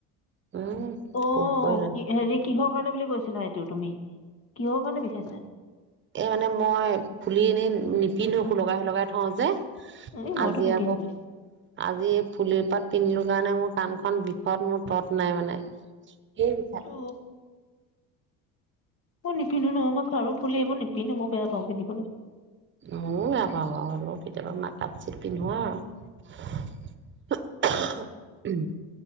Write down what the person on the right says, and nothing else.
উম
কবই নোৱাৰি।
এ মানে মই ফুলি এনেই নিপিন্ধো সোলাকাই, সোলকাই থওঁ যে
আজি
আকৌ আজি এই ফুলিৰ পাত পিন্ধিলো কাৰণে মোৰ কাণখন বিষত মোৰ তত নাই মানে। ধেৰ বিষাই।
মোৰ বেয়া পাওঁ লগ হ'লো কেতিয়াবা মাকাপ চট পিন্ধোৱা আৰু